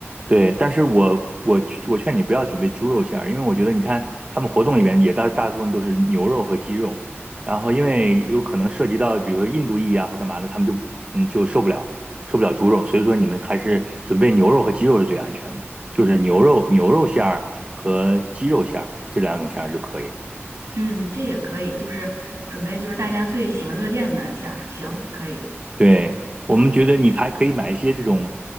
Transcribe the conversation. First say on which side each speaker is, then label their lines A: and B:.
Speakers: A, on the right; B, on the right.
A: 对，但是我我我劝你不要准备猪肉馅儿，因为我觉得你看他们活动里面也大大部分都是牛肉和鸡肉，然后因为有可能涉及到比如说印度裔啊或干嘛的，他们就嗯就受不了受不了猪肉，所以说你们还是准备牛肉和鸡肉是最安全的，就是牛肉牛肉馅儿和鸡肉馅儿这两种馅儿就可以。
B: 嗯，这也可以，就是准备就是大家最喜闻乐见的馅儿，行，可以。
A: 对，我们觉得你还可以买一些这种，